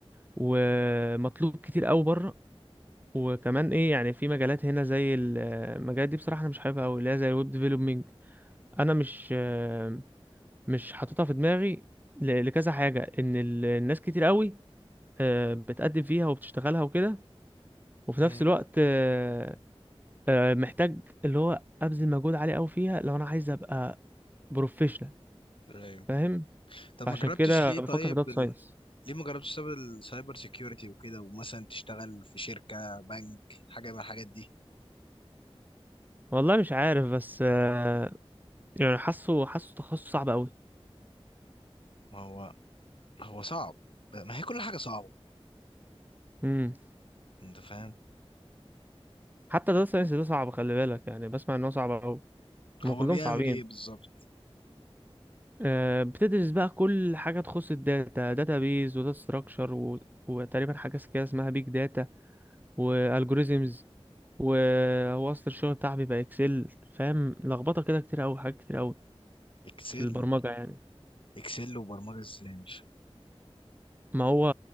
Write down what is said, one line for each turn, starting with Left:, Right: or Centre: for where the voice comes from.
Right: ومطلوب كتير قوي بره وكمان ايه يعني في مجالات هنا زي ال- آه، المجالات دي بصراحه انا مش حاببها قوي اللي هي زي الويب ديفلوبمنج انا مش آه، مش حاططها في دماغي ل- لكذا حاجه ان ال- الناس كتير قوي آه، بتقدم فيها وبتشتغلها وكده وفي
Left: مم.
Right: نفس الوقت آه، آه، محتاج اللي هو ابذل مجهود عالي قوي فيها لو انا عايز ابقى بروفيشنال
Left: ايوه
Right: فاهم
Left: طب
Right: فعشان
Left: ما جربتش
Right: كده
Left: ليه طيب
Right: بفكر في داتا ساينس
Left: ليه ما جربتش تشتغل السايبر سيكيورتي وكده ومثلا تشتغل في شركة بنك حاجة من الحاجات دي
Right: والله مش عارف بس آه، يعني حاسه حاسه تخصص صعب قوي
Left: ما هو هو صعب ما هي كل حاجة صعبة
Right: امم
Left: انت فاهم
Right: حتى داتا ساينس ده صعب خلي بالك يعني بسمع ان هو صعب قوي
Left: هو
Right: هم كلهم
Left: بيعمل
Right: صعبين
Left: ايه بالظبط
Right: آه، بتدرس بقى كل حاجه تخص الداتا داتا بيز وداتا ستراكشر و... وتقريبا حاجه كده اسمها بيج داتا والجوريزمز وهو اصل الشغل بتاعي بيبقى اكسل فاهم لخبطه كده كتير قوي حاجات كتير قوي
Left: اكسل
Right: في البرمجة يعني
Left: اكسل وبرمجة ازاي مش
Right: ما هو